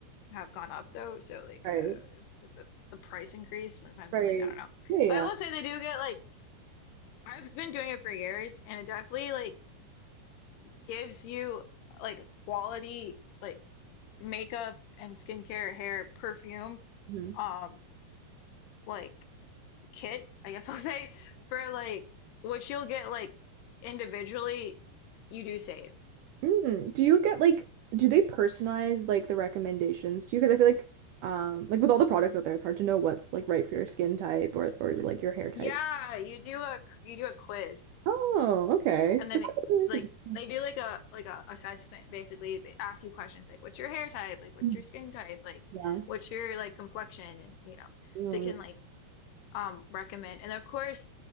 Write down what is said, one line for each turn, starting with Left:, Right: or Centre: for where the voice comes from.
Left: have gone up though. So like
Right: right,
Left: uh, with the the price increase, sometimes
Right: right.
Left: I'm like, I don't know.
Right: Yeah, yeah.
Left: But I will say they do get like I've been doing it for years, and it definitely like gives you like quality like makeup and skincare, hair, perfume,
Right: Mm-hmm.
Left: um, like kit, I guess <laughs> I'll say, for like what you'll get like individually, you do save.
Right: Mm, do you get like do they personalize like the recommendations to you? Because I feel like um like with all the products out there, it's hard to know what's like right for your skin type or or like your hair type.
Left: Yeah, you do a you do a quiz.
Right: Oh, okay.
Left: And
Right: That's
Left: then it,
Right: actually really interesting.
Left: like they do like a like a assessment basically. They ask you questions like what's your hair type, like what's
Right: Mm,
Left: your skin type, like
Right: Yeah.
Left: what's your like complexion and you know.
Right: Oh,
Left: So you
Right: yeah.
Left: can like um recommend. And of course,